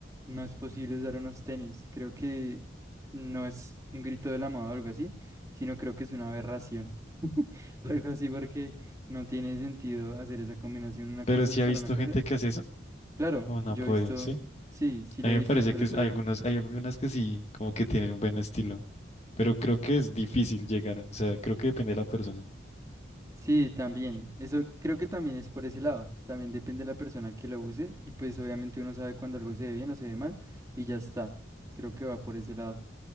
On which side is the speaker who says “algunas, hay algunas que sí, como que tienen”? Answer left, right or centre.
Left